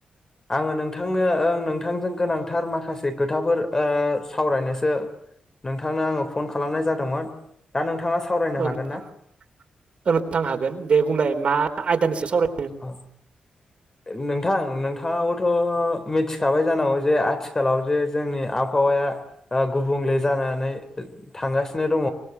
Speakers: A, on the left (about 20°); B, on the right (about 55°).
A: आङो नोंथांनो ओं नों थांजों गोनांथार माखासे खोथाफोर ओ सावराय नोसो नोंथांनो आङो फन खालामनाय जादोंमोन दा नोंथाङा सावरायनो
B: औ
A: हागोन
B: नोंथां
A: ना?
B: औ नोंथां हागोन दे बुंलाय मा आयदानिसो सावराय
A: अ नोंथां नों नोंथांआबोथ' मिथिखाबाय जानांगौ जे आथिखालाव जे जोंनि आबहावाया गुबुं बले जानानै थांगासिनो दङ।